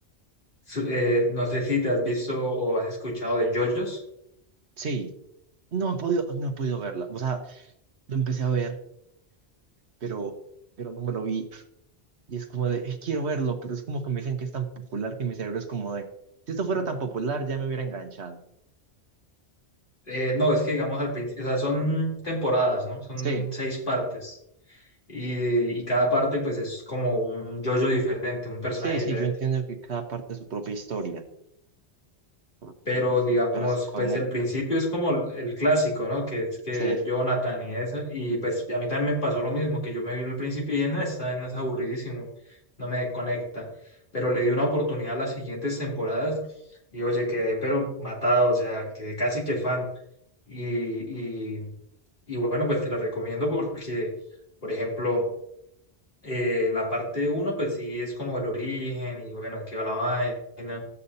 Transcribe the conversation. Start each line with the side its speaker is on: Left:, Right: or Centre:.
Left: Su- eh, no sé si te has visto o has escuchado de JoJo's.
Right: Sí, no he podido, no he podido verla. O sea, lo empecé a ver, pero, pero no me lo vi. Y es como de, "Eh, quiero verlo, pero es como que me dicen que es tan popular que mi cerebro es como de, si esto fuera tan popular ya me hubiera enganchado.
Left: Eh, no, es que digamos al principio, o sea, son temporadas, ¿no? Son
Right: Sí,
Left: seis partes. Y, y cada parte pues es como un yo-yo diferente, un personaje
Right: sí, sí,
Left: diferente.
Right: yo entiendo que cada parte es su propia historia. por decirlo
Left: pero
Right: así,
Left: digamos,
Right: pero se conecta.
Left: pues el principio es como el el clásico, ¿no? Que es que
Right: Sí,
Left: Jonathan y eso, y pues a mí también me pasó lo mismo, que yo me vi el principio y en esta, en es aburridísimo, no me conecta, pero le di una oportunidad a las siguientes temporadas y oye, quedé pero matado, o sea, quedé casi que fan. Y, y, y bueno, pues te lo recomiendo porque, por ejemplo, eh, la parte uno, pues sí es como el origen y bueno, de qué va la vaina,